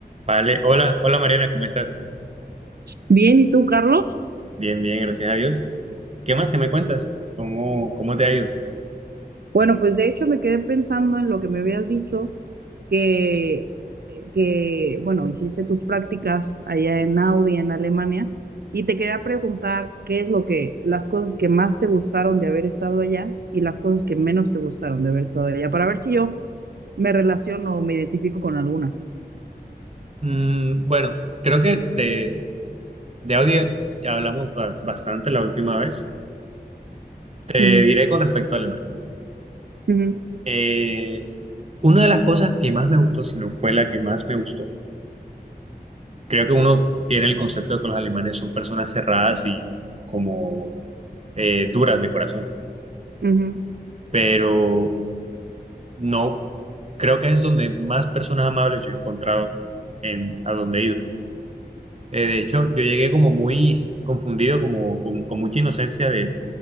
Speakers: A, on the right; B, on the right.
A: Vale, hola, hola Mariana, ¿cómo estás?
B: Bien, ¿y tú, Carlos?
A: Bien, bien, gracias a Dios. ¿Qué más que me cuentas? ¿Cómo, cómo te ha ido?
B: Bueno, pues de hecho me quedé pensando en lo que me habías dicho, que, que bueno, hiciste tus prácticas allá en Audi, en Alemania, y te quería preguntar qué es lo que, las cosas que más te gustaron de haber estado allá y las cosas que menos te gustaron de haber estado allá, para ver si yo me relaciono o me identifico con alguna.
A: Mm, bueno, creo que de, de audio ya hablamos ba- bastante la última vez. Te
B: Ujú,
A: diré con respecto a Alemania.
B: ujú,
A: Eh, una de las cosas que más me gustó, si no fue la que más me gustó, creo que uno tiene el concepto de que los alemanes son personas cerradas y como eh, duras de corazón,
B: ujú,
A: pero No, creo que es donde más personas amables yo he encontrado en a donde he ido. Eh, de hecho, yo llegué como muy confundido, como con, con mucha inocencia de,